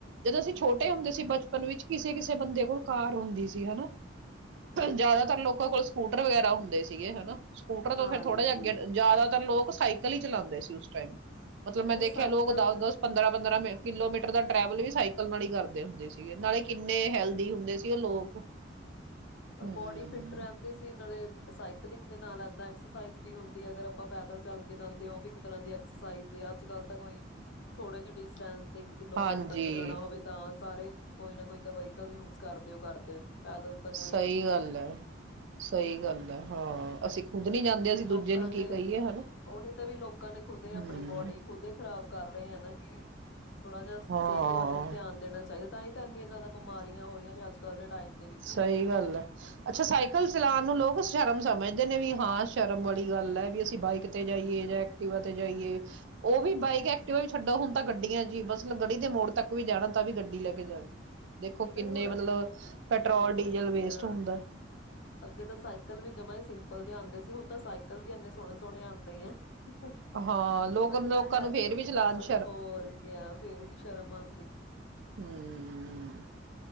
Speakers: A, on the right; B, on the left.
A: ਜਦੋਂ ਅਸੀਂ ਛੋਟੇ ਹੁੰਦੇ ਸੀ ਬਚਪਨ ਵਿੱਚ ਕਿਸੇ ਕਿਸੇ ਬੰਦੇ ਕੋਲ ਕਾਰ ਹੁੰਦੀ ਸੀ ਹਨਾ। ਜਿਆਦਾਤਰ ਲੋਕਾਂ ਕੋਲ ਸਕੂਟਰ ਵਗੈਰਾ ਹੁੰਦੇ ਸੀਗੇ, ਹਨਾ। ਸਕੂਟਰ ਤੋਂ
B: ਹਾਂਜੀ
A: ਫੇਰ ਥੋੜ੍ਹਾ ਜਾ ਅੱਗੇ ਜ਼ਿਆਦਾਤਰ ਲੋਕ ਸਾਈਕਲ ਕਲੀ ਚਲਾਂਦੇ ਸੀ ਉਸ ਟਾਈਮ। ਮਤਲਬ ਮੈਂ
B: ਨਹੀਂ
A: ਦੇਖਐ
B: ਸਾਈਕਲ
A: ਲੋਕ ਦਸ ਦਸ ਪੰਦਰਾਂ ਪੰਦਰਾਂ ਮੇਂ ਕਿਲੋਮੀਟਰ ਦਾ ਟਰੈਵਲ ਵੀ ਸਾਈਕਲ ਨਾਲ ਈ ਕਾਰਦੇ ਹੁੰਦੇ ਸੀ। ਗੇ ਨਾਲੇ ਕਿੰਨੇ ਹੈਲਦੀ ਹੁੰਦੇ ਸੀ ਔ ਲੋਕ।
B: ਆਰ
A: ਹਮ
B: ਬੋਡੀ ਫਿਟ ਰੈਣ ਦੀ ਸੀ ਨਾਲੇ ਸਾਈਕਲਿੰਗ ਦੇ ਨਾਲ ਅ ਐਕਸਰਸਾਈਜ਼ ਵੀ ਹੁੰਦੀ ਅਗਰ ਅਪ ਅਪਾਂ ਪੈਦਲ ਚੱਲ ਕੇ ਜਾਂਦੇ ਆ ਔ ਵੀ ਤਰ੍ਹਾਂ ਦੀ ਐਕਸਰਸਾਇਜ਼ ਏ। ਅੱਜ-ਕੱਲ ਤੇ ਕੋਈ ਥੋੜੇ ਜੇ ਡਿਸਟੈਂਸ। ਇੱਕ ਕਿਲੋਮੀਟਰ
A: ਹਾਂਜੀ
B: ਤੱਕ ਜਾਣਾ ਹੋਵੇ ਤਾਂ ਸਾਰੇ ਕੋਈ ਨਾ ਕੋਈ ਤਾਂ ਵਹੀਕਲ ਯੂਜ ਕਰਦੇ ਔ ਕਰਦੇ ਆ ਪੈਦਲ ਤੱਕ
A: ਸਹੀ ਗੱਲ ਐ ਸਹੀ ਗੱਲ ਐ ਹਾਂ। ਅਸੀਂ ਖੁਦ ਨੀ ਜਾਂਦੇ ਅਸੀਂ ਦੂਜੇ
B: ਲੋਕਾਂ
A: ਨੂੰ ਕੀ
B: ਨੇ
A: ਕਹੀਏ ਹਨਾ
B: ਔਹੀ ਤਾਂ ਵੀ ਲੋਕਾਂ ਨੇ ਖੁਦ
A: ਹਮ
B: ਅਪਣੀ ਬੋਡੀ ਖੁਦ ਖ਼ਰਾਬ ਕਰ ਰਏ ਐ ਨਾ ਕਿ ਥੋੜਾ ਜਾ
A: ਹਾਂ
B: ਸੇਤ ਵੱਲ ਵੀ ਧਿਆਨ ਦੇਣਾ ਚਾਹੀ ਤਾਂਈ ਤੈ ਇੰਨੀਆਂ ਜੈਦਾ ਬਿਮਾਰੀਆਂ ਹੋ ਰਈਆਂ ਨੇ ਅੱਜ ਕੱਲ੍ਹ ਦੇ ਟਾਈਮ ਦੇ ਵਿੱਚ
A: ਸਹੀ ਗੱਲ ਐ। ਅੱਛਾ, ਸਾਈਕਲ ਚਲਾਣ ਨੂੰ ਲੋਕ ਸ਼ਰਮ ਸਮਝਦੇ ਨੇ ਵੀ ਹਾਂ ਸ਼ਰਮ ਵਾਲੀ ਗੱਲ ਐ ਵੀ ਅਸੀਂ ਬਾਈਕ ਤੇ ਜਾਈਏ ਜਾਂ ਐਕਟੀਵਾ ਤੇ ਜਾਈਏ ਔ ਵੀ ਬਾਈਕ ਐਕਟੀਵਾ ਵੀ ਛੱਡੋ ਹੁਣ ਤਾਂ ਗੱਡੀਆਂ ਚ ਈ ਬਸ ਗੜੀ ਦੇ ਮੋੜ ਤੱਕ ਵੀ ਜਾਣਾ ਤਾਂ ਵੀ ਗੱਡੀ ਲੈ ਕੇ ਜਾਂਦ ਦੇਖੋ
B: ਨਹੀਂ
A: ਕਿੰਨੇ
B: ਹੁਣ
A: ਮਤਲਬ ਪੈਟਰੋਲ
B: ਹੋਰ
A: ਡੀਜ਼ਲ
B: ਕਿਆ,
A: ਵੇਸਟ ਹੁੰਦਾ
B: ਅੱਗੇ ਤਾਂ ਸਾਈਕਲ ਵੀ ਜਮਾ ਈ ਸਿੰਪਲ ਜੇ ਆਂਦੇ ਸ ਤਾਂ ਸਾਈਕਲ ਵੀੰ ਐਨੇ ਸੋਣੇ ਸੋਣੇ ਆਂਦ <unintelligible>
A: ਹਾਂ ਲੋਕ
B: ਉਹੀ
A: ਲੋਕਾਂ
B: ਤਾਂ ਹੈ
A: ਨੂੰ ਫੇਰ
B: ਵੀ ਹੁਨ
A: ਚਲਾਉਣ
B: ਤਾਂ
A: ਚ
B: ਹੋਰ ਕਿਆ ਫੇਰ ਵੀ ਸ਼ਰਮ ਆਂ
A: ਹੂੰ।